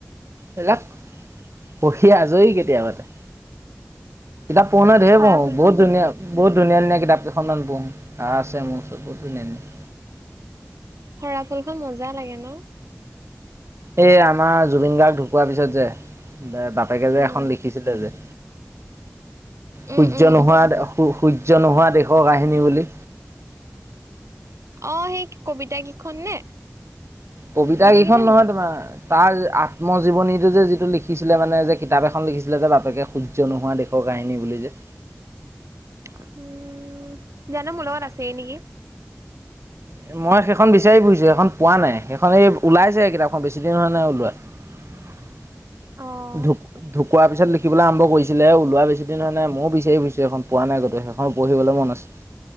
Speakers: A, on the right (about 65°); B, on the right (about 85°).
A: এবিলাক পঢ়ি আজৰি কেতিয়াবাতে। কিতাপ পঢো নহয় ধেই
B: সৰা
A: পঢ়ো
B: ফুলটো
A: বহুত ধুনীয়া। বহুত ধুনীয়া ধুনীয়া কিতাপ কেখনমান পঢ়ো আ আছে মোৰ ওচৰত বহুত ধুনীয়া ধুনীয়া।
B: সৰা ফুল খন মজা লাগে ন।
A: এই আমাৰ জুবিন গাৰ্গ ঢুকোৱাৰ পিছত যে, বাপেকে যে
B: উম,
A: এখন লিখিছিলে যে- সূৰ্য
B: উম, উম,
A: নোহোৱা সূৰ্য নোহোৱা দেশৰ কাহিনী বুলি।
B: অঁ' সেই কবিতা গিখন নে?
A: কবিতা গিখন
B: কেইটা
A: নহয়
B: নেকি?
A: তোমাৰ। তাৰ আত্মজীৱনীটো যে যিটো লিখিছিলে মানে যে কিতাপ এখন লিখিছিলে যে বাপেকে সূৰ্য নোহোৱা দেশ- শৰ কাহিনী বুলি যে।
B: উম' জানো, মোৰ লগত আছেই নেকি।
A: এ মই সেইখন বিচাৰি ফুৰিছোঁ। সেখন পোৱা নাই সেইখন এই ওলাইছেহে কিতাপখন বেছি দিন হোৱা নাই ওলোৱা। <inaudible>
B: অ',
A: ঢুক ঢুকোৱাৰ পিছত লিখিবলৈ আৰম্ভ কৰিছিলেহে, ওলোৱা বেছি দিন হোৱা নাই ময়ো বিচাৰি ফুৰিছোঁ সেখন। পোৱা নাই গোটেই সেখন পঢ়িবলে মন আছে।